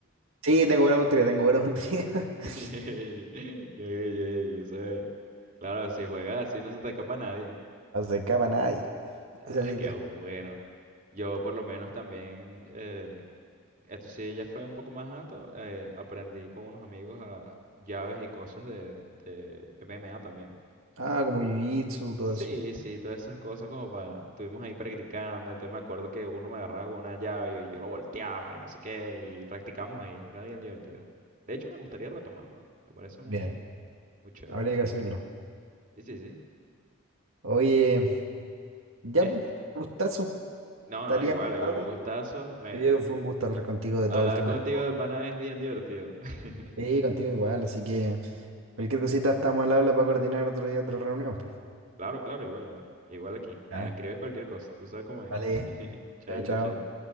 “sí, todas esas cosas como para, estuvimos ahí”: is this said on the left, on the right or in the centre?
Right